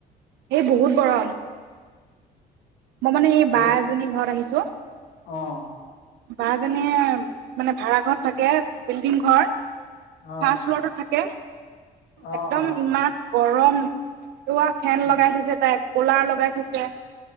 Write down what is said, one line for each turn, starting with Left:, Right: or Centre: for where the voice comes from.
Right: এই বহুত গৰম। মই মানে এই
Left: বহুত
Right: বা এজনীৰ ঘৰত আহিছো।
Left: অ',
Right: বা যেনেীয়ে মানে ভাড়া ঘৰত থাকে বিল্ডিং ঘৰ
Left: অ',
Right: ফাৰ্ষ্ট ফ্লৰত থাকে
Left: অ',
Right: একদম
Left: অ',
Right: ইমান গৰম া ফেন
Left: উম,
Right: লগাই থৈছে তাই ক'লা লগাই থৈছে